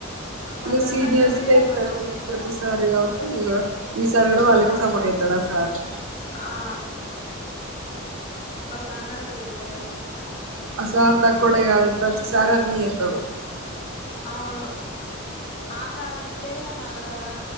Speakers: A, on the left (about 30°); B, on the right (about 65°).
A: వాళ్ళు
B: ఇగ
A: రన్నర్గా
B: సీనియర్స్కే
A: పోయిర్రు
B: ఇత్తారు
A: వాళ్ళు అవుట్ అయితారని
B: ప్రతిసారి గావట్టి ఇగ ఈ సారేగుడా వాళ్ళకే
A: ఆ
B: సపోర్ట్ ఏతాడు ఆ సారు
A: ఆ వాళ్ళు రన్నర్న్గ వోయిర్ డైరెక్ట్
B: అసార్థక్కడే గాదు ప్రతిసారీ ఆత్నేయేతడు
A: అవును ఆసార్ అంతే నగర అ